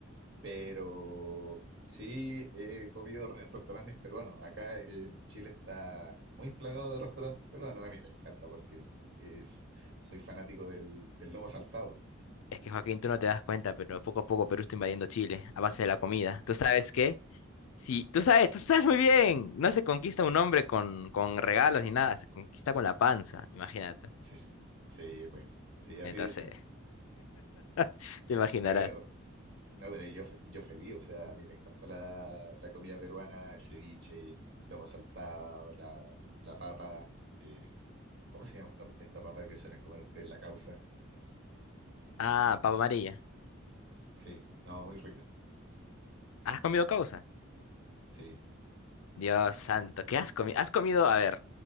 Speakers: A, on the right; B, on the left.
A: pero sí he comido en restaurantes peruanos. Acá en Chile está muy plagado de restaurantes peruanos. A mí me encanta porque eh, so- soy fanático del, del lomo saltado.
B: Es que Joaquín, tú no te das cuenta, pero poco a poco Perú está invadiendo Chile a base de la comida. ¿Tú sabes qué? Sí, tú sabes, tú sabes muy bien. No se conquista un hombre con, con regalos ni nada, se conquista con la panza, imagínate.
A: Sí, sí, pues, sí, así
B: Entonces,
A: dicen.
B: <laughs> te imaginarás.
A: No, pero No, pero yo, fe- yo feliz, o sea, a mí me encanta la, la comida peruana, el ceviche, lomo saltado, la, la papa. eh, ¿cómo se llama esta, esta papa que suelen comer ustedes? La causa.
B: Ah, papa amarilla.
A: Sí, no, muy rica.
B: ¿Has comido causa?
A: Sí.
B: Dios santo, ¿qué has comido? ¿Has comido? A ver,